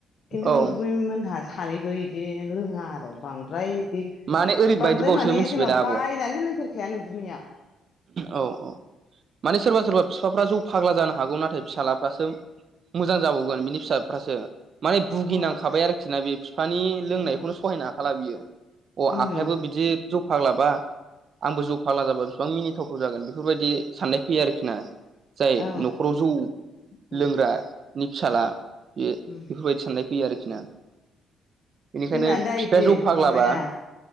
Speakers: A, on the left; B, on the right.
A: खिन्थु नोंगुमैमोनहा
B: औ
A: सानैबो इदि लोङा आरो बांद्राय बिदि
B: माने ओरैबायदिबावसो
A: बांद्राय माने
B: मिथिबाय
A: जोंना
B: दा
A: बायनानै
B: आब'
A: लोंफेरखाया नोंगुमैया।
B: औ औ माने सोरबा सोरबा फिफाफ्रा जौ फाग्ला जानो हागौ नाथाय फिसाज्लाफ्रासो मोजां जाबावगोन बिनि फिसाफ्रासो माने भुगिनांखाबाय
A: उम
B: आरोखि ना बे फिफानि लोंनायखौनो
A: उम
B: सहायनो हाखाला बियो अ
A: उम
B: आफायाबो बिदि जौ फाग्ला बा आंबो जौ फाग्ला जाबा बिसिबां मिनि थावथाव जागोन बेफोरबायदि साननाय फैयो आरोखि ना। जाय
A: औ
B: न'खराव जौ
A: उम
B: लोंग्रानि फिसाला बे
A: उम
B: बेफोरबायदि साननाय फैयो आरखि ना बेनिखायनो
A: जोंना
B: फिफाया
A: दा इदि
B: जौ फाग्लाबा
A: माबाया